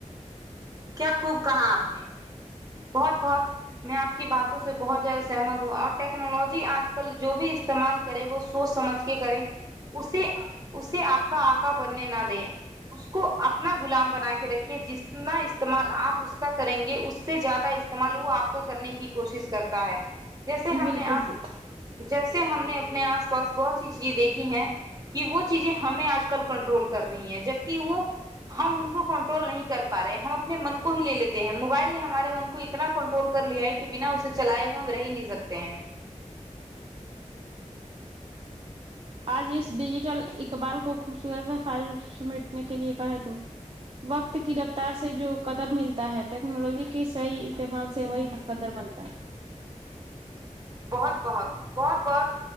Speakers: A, on the right (about 30°); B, on the right (about 45°).
A: کیا خوب کہاں آپ نے بہت بہت میں آپ کے کی باتوں سے بہت زیادہ سہمت ہو اور ٹیکنالوجی آج کل جو بھی استعمال کرے وہ سوچ سمجھ کے کرے اسے اسے آپ کا آقا بننے نہ دیں اس کو اپنا غلام بنا کے رکھیے جتنا استعمال آپ اس کا کریں گے اس سے زیادہ استعمال وہ آپ کا کرنے کی کوشش کرتا ہے جیسے
B: ہے
A: ہم
B: بالکل
A: نے آس
B: بالکل
A: جیسے ہم نے اپنے آس پاس بہت سی چیزیں دیکھی ہیں کہ وہ چیزیں ہمیں آج کل کنٹرول کر رہی ہیں جبکے وہ ہم ان کو کنٹرول نہیں کر پا رہے ہم اپنے من کو ہی لے لیتے ہیں موبائل نے ہمارے من کو اتنا کنٹرول کر لیا ہے کہ بنا اسے چلائے ہوئے ہم رہ ہی نہیں سکتے ہیں
B: آج اس ڈیجیٹل اقبال کو خوبصورت ف سمیٹنے کے لیے کہیں تو <unintelligible> وقت کی رفتار سے جو قدر ملتا ہے ٹیکنالوجی کے صحیح استعمال سے وہی مقدر بنتا ہے
A: بہت بہت بہت بہت